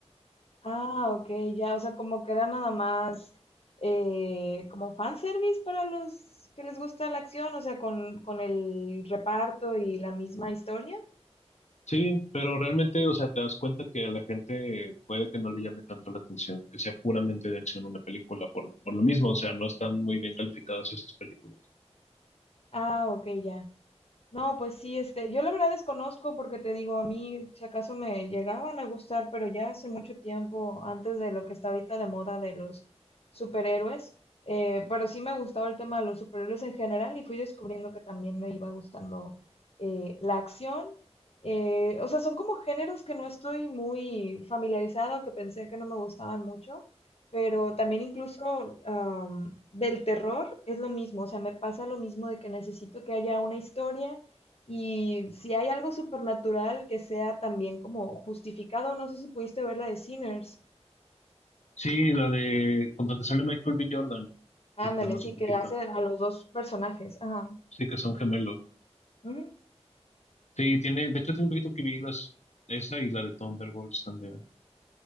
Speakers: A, on the left; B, on the left.
A: Ah, ok, ya, o sea, como que era nada más eh, como fanservice para los que les gusta la acción, o sea, con, con el reparto y la misma historia.
B: Sí, pero realmente, o sea, te das cuenta que a la gente puede que no le llame tanto la atención, que sea puramente de acción una película por, por lo mismo. O sea, no están muy bien calificadas esas películas.
A: Ah, ok, ya. No, pues sí, este, yo la verdad desconozco porque te digo, a mí si acaso me llegaban a gustar, pero ya hace mucho tiempo, antes de lo que está ahorita de moda de los superhéroes, eh, pero sí me gustaba el tema de los superhéroes en general y fui descubriendo que también me iba gustando eh, la acción. eh, o sea, son como géneros que no estoy muy familiarizado, que pensé que no me gustaban mucho, pero también incluso am, del terror es lo mismo, o sea, me pasa lo mismo de que necesito que haya una historia y si hay algo supernatural que sea también como justificado, no sé si pudiste ver la de Sinners.
B: Sí, la de con donde sale Michael B. Jordan.
A: Ándale,
B: Se estrenó hace
A: sí,
B: poquito.
A: que hace a los dos personajes. Ajá.
B: Sí, que son gemelos.
A: Ujú.
B: Sí, tiene, de hecho tiene un poquito que vi las, esa y la de Thunderbolts también.